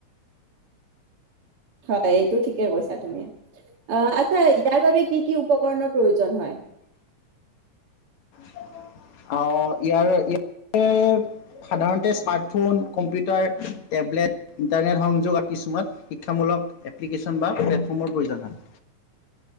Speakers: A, on the right; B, on the left.
A: হয় এইটো ঠিকে কৈছা তুমি আচ্ছা ইয়াৰ বাবে কি কি উপকৰণৰ প্ৰয়োজন হয়?
B: ইয় ই সাধাৰণতে স্মাৰ্টফোন কম্পিউটাৰ উটাৰ টেবলেট ইণ্টাৰনেট সংযোগ আৰু কিছুমান শিক্ষামূলক এপ্লিকেশ্যন বা প্লেটফৰ্মৰ প্ৰয়োজন হয়।